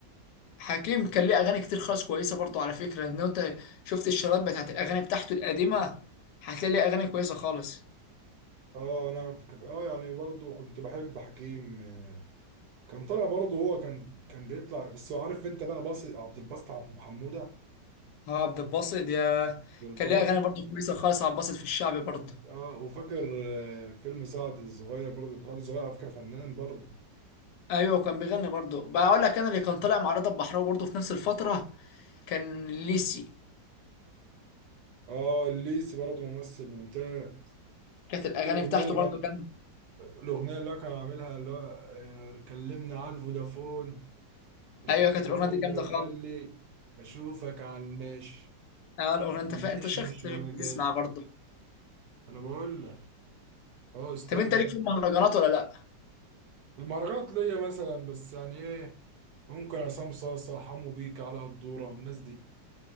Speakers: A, on the left; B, on the right.
A: حكيم كان ليه اغاني كتير خالص كويسه برضو على فكره ان انت شفت الشرايط بتاعت الاغاني بتاعته القديمه هتلاقي ليه اغاني كويسه خالص
B: اه انا ك- اه يعني برضو كنت بحب حكيم آه، كان طالع برضو هو كان كان بيطلع بس هو عارف انت بقى باص عبد الباسط عم- حموده
A: اه عبد الباسط يا
B: عبد الباسط
A: كان ليه اغاني برضو كويسه خالص عبد الباسط في الشعبي برضو
B: اه وفاكر آه، فيلم سعد الصغير برضو سعد الصغير على فكره فنان برضو
A: ايوه كان بيغني برضو بقول لك انا اللي كان طالع مع رضا البحراوي برضو في نفس الفتره كان ليسي
B: اه الليسي برضو ممثل ممتاز
A: كانت الاغاني
B: الاغنيه
A: بتاعته
B: اللي
A: برضو
B: كان
A: جامده
B: الأغنية اللي هو كان عاملها اللي هو آه، كلمنا على الفودافون رد
A: ايوه كانت الاغنيه
B: عليا
A: دي جامده
B: وقال
A: خالص
B: لي أشوفك على الماشي
A: اه الاغنيه انت
B: مش
A: فا... انت شخص
B: مش ولا جاش
A: بتسمع برضو
B: أنا بقول لك أه أستاذ
A: طب انت
B: ده.
A: ليك في المهرجانات ولا لا؟
B: المهرجانات ليا مثلا بس يعني إيه ممكن عصام صاصة حمو بيك على الدورة الناس دي